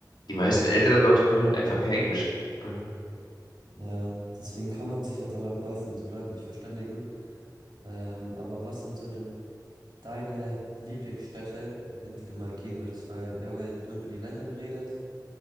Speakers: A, on the left; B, on the right.
A: die meisten älteren Leute können halt einfach kein Englisch. Ne?
B: Ja, deswegen kann man sich ja dann auch meistens mit den Leuten nicht verständigen. Ähm, aber was sind so denn deine Lieblingsstädte, in die du mal gehen würdest, weil wir haben ja jetzt nur über die Länder geredet.